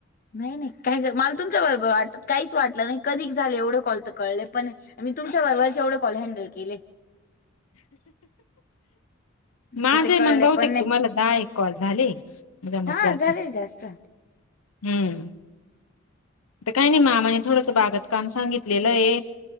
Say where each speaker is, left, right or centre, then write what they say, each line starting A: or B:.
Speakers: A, on the left; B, on the left.
A: नई नई, काय ग् माल तुमच्या बरोबर वाटत काहीच वाटलं नाई, कधीक झाले एवढे कॉल तर कळले पणे नाही. मी तुमच्या बरबर एवढे कॉल हॅंडल केले.
B: माझे
A: तर ते कळले
B: मंग बहुतेक
A: पण नाही.
B: तुम्हाला दहा एक कॉल झाले? जमते
A: हा,
B: आता
A: झालेय जास्त
B: हम्म! त काय नई मामाने थोडंस बागत काम सांगितलेलंये